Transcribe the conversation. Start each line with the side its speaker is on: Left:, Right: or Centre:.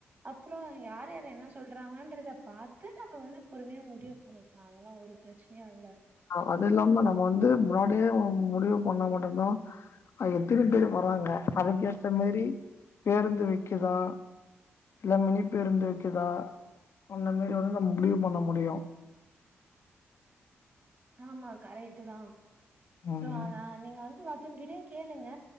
Right: அப்புறோ யார் யார் என்ன சொல்றாங்கன்றத பாத்து நம்ம வந்து பொறுமையா முடிவு பண்ணிக்லா அதல்லா ஒரு பிரச்சனையு இல்ல
Left: அது இல்லாம நம்ம வந்து முன்னாடியே முடிவு பண்ணா மட்டுந்தா எத்தன பேரு வராங்க அதுக்கேத்த மேரி பேருந்து விக்குதா இல்ல மினி பேருந்து விக்கிதா அந்த மேரி வந்து நம்ம முடிவு பண்ண முடியு
Right: ஆமா கரெக்ட் தா
Left: ம்
Right: சோ அதா நீங்க வந்து மத்தவங்கிட்டயு கேளுங்க